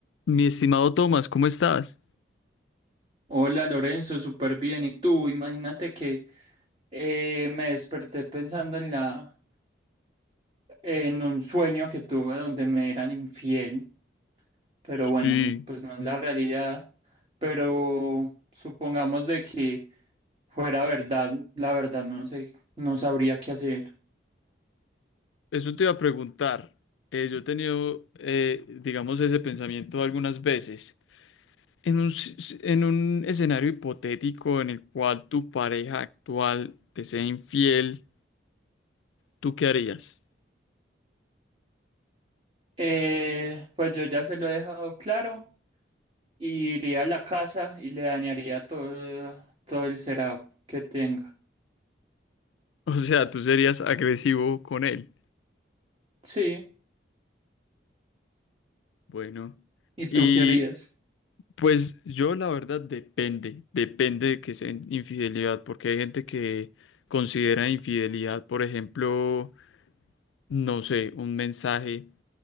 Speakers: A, on the left; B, on the right.
A: Mi estimado Tomás, ¿cómo estás?
B: Hola Lorenzo, súper bien. ¿Y tú? Imagínate que eh, me desperté pensando en la, en un sueño que tuve donde me eran infiel, pero
A: Sí,
B: bueno, pues no es la realidad. Pero supongamos de que fuera verdad, la verdad no sé, no sabría qué hacer.
A: eso te iba a preguntar. Eh, yo he tenido, eh, digamos, ese pensamiento algunas veces. En un, s- en un escenario hipotético en el cual tu pareja actual te sea infiel, ¿tú qué harías? <laughs>
B: Eh, pues yo ya se lo he dejado claro y iría a la casa y le dañaría todo, todo el setup que tenga.
A: O sea, tú serías agresivo con él.
B: Sí,
A: Bueno,
B: ¿y
A: y
B: tú qué harías?
A: pues yo la verdad depende, depende de que sea infidelidad, porque hay gente que considera infidelidad, por ejemplo no sé, un mensaje